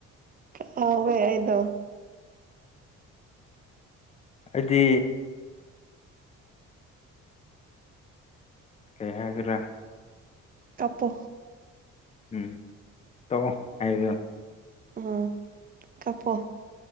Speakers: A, on the right; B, on the left.
A: ꯀꯥꯎꯋꯦ ꯑꯩꯗꯣ
B: ꯑꯩꯗꯤ ꯀꯩ ꯍꯥꯏꯒꯦꯔ
A: ꯀꯞꯄꯣ
B: ꯎꯝ ꯇꯣꯛꯑꯣ ꯍꯥꯏꯒꯦꯔ
A: ꯎꯝ ꯀꯞꯄꯣ